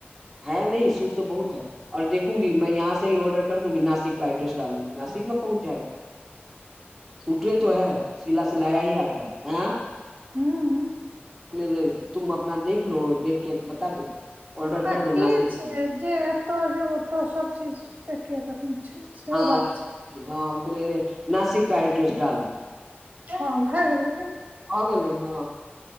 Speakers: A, in the centre; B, on the right.
A: है नै सूटो बहुत हऔर देखूंगी मे यहाँ से ऑर्डर कर दूंगी नासिक का एड्रेस। लू नासिक मे पहुँच जाएगा सूटे तो है सिला सिलाया ही आता ह
B: हम्म
A: तुम अपना देख लो देखके बता दऽ ऑर्डर कर
B: आ के
A: दो नासिक
B: छिय
A: में।
B: जे एतऽ जे ओतऽ सभ चीज एक रम छै सेहो
A: हाँ
B: बात छै।
A: हँ हम कहलियै नासिक का एड्रेस डाल द
B: हँ भऽ गेल
A: हँ गेली ह